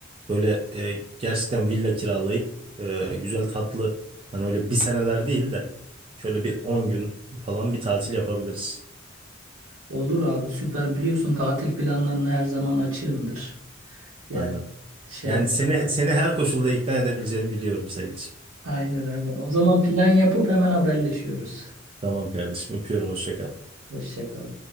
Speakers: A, on the right; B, on the right.
A: böyle e, gerçekten villa kiralayıp e, güzel tatlı hani öyle bir seneler değil de şöyle bir 10 gün falan bir tatil yapabiliriz.
B: Olur abi süper. Biliyorsun tatil planlarına her zaman açığımdır. Yani
A: Aynen.
B: şey
A: Yani
B: yap.
A: seni seni her koşulda ikna edebileceğimi biliyorum Sait.
B: Aynen aynen. O zaman plan yapıp hemen haberleşiyoruz.
A: Tamam kardeşim öpüyorum hoşça kal.
B: Hoşça kal.